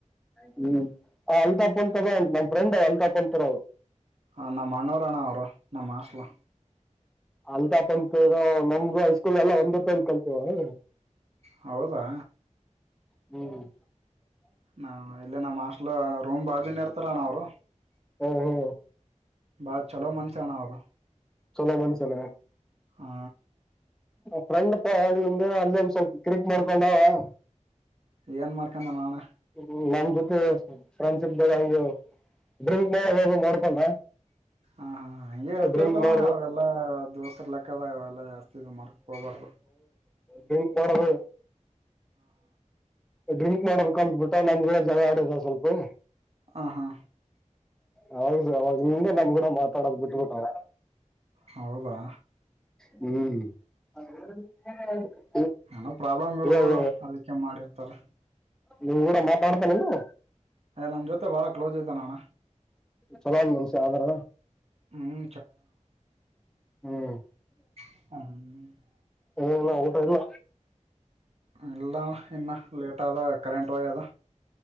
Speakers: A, in the centre; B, on the right.
A: ಹ್ಮ ಆ ಅಲ್ತಾಪ್ ಅಂತ ಅದೇ ನಮ್ಮ ಫ್ರೆಂಡ್ ಅಲ್ತಾಫ್ ಕುಂತಾರ
B: ಹ ನಮ್ಮ ಅಣ್ಣಾರೋ ಅಣ್ಣ ಅವರು ನಮ್ಮ್ ಹಾಸ್ಟೆಲ್
A: ಅಲ್ತಾಫ್ ಅಂತ ಅದಾವ ನಮ್ದು ಹೈಸ್ಕೂಲ್ ಎಲ್ಲ ಒಂದೇ ತಾಲೀ ಕಲ್ತಿರೋವಿ
B: ಹೌದಾ.
A: ಹ್ಮ್
B: ಹಾ ಇಲ್ಲೇ ನಮ್ಮ್ ಹಾಸ್ಟೆಲ್ ರೂಮ್ ಬಾಜುನೇ ಇರ್ತದ ಇರ್ತಾರನ್ನ ಅವ್ರು
A: ಹ್ಮ ಹ್ಮ್
B: ಬಾಳ ಚಲೋ ಮನುಷ್ಯ ಅಣ್ಣಾ ಅವರು
A: ಚೊಲೋ ಮನುಷ್ಯನಾ.
B: ಹಾ.
A: ಫ್ರೆಂಡ್ ಪಾ ಅಲ್ಲೊಂದು ಅಲ್ಲೊಂದ ಸ್ವಲ್ಪ ಕಿರಿಕ್ ಮಾಡ್ಕೊಂಡಾ ಅವ
B: ಏನ್ ಮಾಡ್ಕೊಂಡನ ಅಣ್ಣಾ
A: ಹ್ಮ ನಮ್ಮ ಜೊತೆ. ಫ್ರೆಂಡ್ಶಿಪ್ ಬಾಗ ಅವಂಗೆ ಡ್ರಿಂಕ್ ಮಾಡದು ಅದು ಮಾಡ್ಕೊಂಡ
B: ಹಾ ಹಾ ಹಂಗೆ ಇರ್ತಿರ್ತಾವಣ್ಣ
A: ಡ್ರಿಂಕ್ ಮಾಡದ
B: ಅವೆಲ್ಲಾ ದೋಸ್ರ್ ಲೆಕ್ಕ ಅವು ಎಲ್ಲ ಲಾ ಮಾಡ್ಕೊಕೂಬಾಡದು.
A: ಡ್ರಿಂಕ್ ಮಾಡದು ಡ್ರಿಂಕ್ ಮಾಡರ್ ಕಲ್ತ್ ಬಿಟ್ಟಾ ನಮ್ಗೂ ಜಗಳ ಆಡಿದ ಸ್ವಲ್ಪ. <inaudible>
B: ಹಾ ಹಾ
A: ಅವ ಅವಾಗ ನಿಂದೆ ನಮ್ ಕೂಡ ಮಾತಾಡೋದು ಬಿಟ್ಟಬಟ್ಟವ.
B: ಹೌದಾ.
A: ಹ್ಮ್.
B: ಏನೊ ಪ್ರಾಬ್ಲಮ್ ಇರ್ಬೋದು
A: ಇವಾಗ
B: ಅದಕ್ಕೆ ಮಾಡಿರ್ತಾರೆ.
A: ನಿಮ್ ಗೂಡ ಮಾತಾಡ್ತಾನಿಲ್ ಅವ
B: ನಮ್ ಜೊತೆ ಬಾಳ ಕ್ಲೋಸ್ ಇದಾನ ಅಣ್ಣಾ.
A: ಚೊಲೋ ಆದ ಮನುಷ್ಯ ಆದರ.
B: ಹ್ಞೂ
A: ಹ್ಮ್.
B: ಹ್ಮ್.
A: ಹೊ ಇಲ್ಲ ಊಟಯಿಲ್ಲ.
B: ಇಲ್ಲ ಅಣ್ಣಾ ಇನ್ನ ಲೇಟ್ ಆದ ಕರೆಂಟ್ ಹೋಗೇದ.